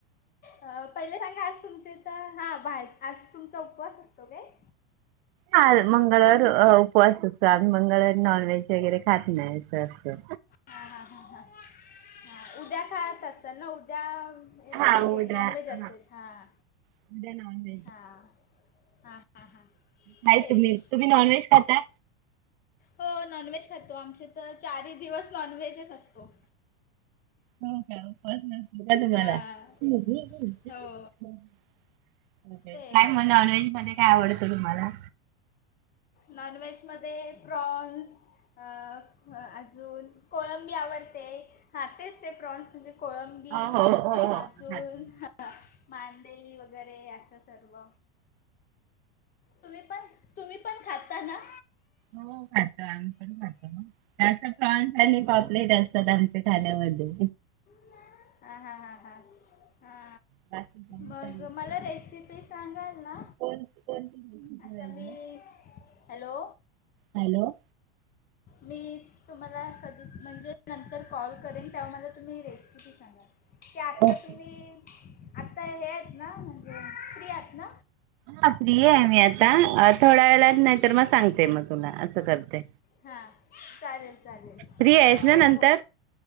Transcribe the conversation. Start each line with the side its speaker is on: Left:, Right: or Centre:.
Left: अ पहिले सांगा आज तुमच्या हित हा बाहे आज तुमचा उपवास असतो काय?
Right: ह मंगळवार उपवास असतो आम्ही मंगळवारी नॉन वव्हेज वगैरे खात नाही असं असं.
Left: हा हा हा ह हा उद्या खात असल ना उद्या ए
Right: हा
Left: ते
Right: उद्या
Left: नॉन
Right: हा
Left: व्हेज असेल हां.
Right: <inaudible> <unintelligible>
Left: हा हा हा हा
Right: नाही
Left: तेच
Right: तुम्ही तुम्ही नॉनव्हेज खाता?
Left: हो नॉनव्हेज खातो आमच्यात तर चारही दिवस नॉनव्हेजच असतो.
Right: हो का उपवास नसतील का तुम्हाला?
Left: हां
Right: <unintelligible>
Left: हो तेच
Right: काय मग नॉनव्हेज मध्ये काय आवडतं तुम्हाला?
Left: नॉनव्हेजमध्ये प्रॉन्स. अ अ अजून कोळंबी आवडते. हा तेच ते प्रॉन्स म्हणजे कोळंबी
Right: हो हो हो
Left: अजून
Right: हो खातो.
Left: मांदेली वगैरे असं सर्व. तुम्ही पण, तुम्ही पण खाता ना?
Right: हो खातो आम्ही पण खातो हं. जास्त फ्रान्स आणि पापलेट असतात आमच्या खाण्यामध्ये.
Left: अ हा हा हं हा
Right: बाकी काय
Left: मग
Right: चाललंय?
Left: मला रेसिपी पी सांगाल ना,
Right: कोण कोणती रेसिपी
Left: आता
Right: पाहिजे?
Left: मी, हॅलो.
Right: हॅलो.
Left: मी तुम्हाला कधी म्हणजे नंतर कॉल करेन तेव्हा मला तुम्ही रेसिपी सांगा. की आत्ता
Right: ओके.
Left: तुम्ही आत्ता हे आहेत ना म्हणजे फ्री आहेत ना?
Right: हा फ्री आहे मी आता थोडा वेळात नाही तर मग सांगते मग तुला असं करते.
Left: हा चालेल चालेल
Right: फ्री आहेस ना
Left: हो
Right: नंतर?
Left: हो.